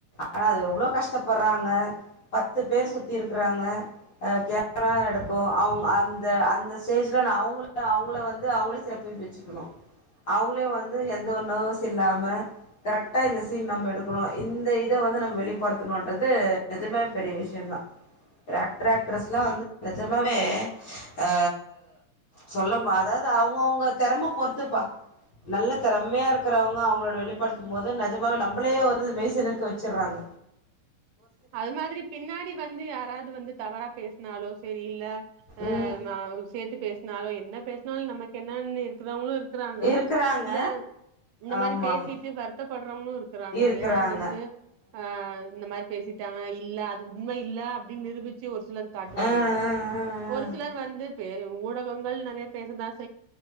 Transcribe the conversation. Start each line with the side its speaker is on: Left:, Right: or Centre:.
Left: ஆனா அது எவ்ளோ கஷ்டப்பர்றாங்க பத்து பேர் சுத்தி இரு ர்றாங்க கேரா எடுக்கு அவ்ங்க அந்த அந்த ஸ்டேஜ்ல நா அவ்ங்க அவங்கள வந் து அவ்ங்களே சிறப்பிப்பிச்சுக்கணு அவுங்களே வந்து எந்த ஒரு நர்வஸ் இல்லாம கரெக்டா இந்த சீன் நம்ம எடுக்கணு இந்த இத வந்து நம்ம வெளிப்படுத்தணுன்றது நஜமே பெரிய விஷயந்தா ஆக்ட்ர் ஆக்ட்ரஸ்ல்லா வந்து நெஜமாவே ஆ சொல்லமா அதாவ்து அவுங்கவுங்க தெறம பொறுத் துப்பா நல்ல தெறமையா இருக் கறவங்க அவ்ங்களோட வெளிப்படுத்தும் போது நெஜமாவே நம்பளே வந்து மெய் சிலிர்க்க வச்சுர்றாங்க
Right: அது மாதிரி பின்னாடி வந்து யாராவது வந்து தவறா பேஸ்னாலோ சேரி இல்ல ஆ
Left: ம்
Right: ந சேத்து பேஸ்னாலோ என்ன பேஸ்னாலு நமக்கு என்னானு இருக்குறவங்களு இருக் குறாங்க
Left: இருக்கறாங்க
Right: இல்ல இந்த மாரி
Left: ஆமா
Right: பேசிட்டு
Left: ஆமா
Right: வருத்தப்பட்றவங்களு இருக்குறாங்க
Left: இருக்கறாங்க
Right: ஏன்னா வந்து ஆ இந்த மாரி பேசி த இல்ல அது உண்ம இல்ல அப்டின்னு நிரூபிச்சி ஒரு சிலர் காட்டுவாங்க
Left: ஆ ஆ ஆ
Right: ஒரு சிலர்
Left: ஆ
Right: வந்து பே ஊடகங்கள் நறைய பேசதாஸ்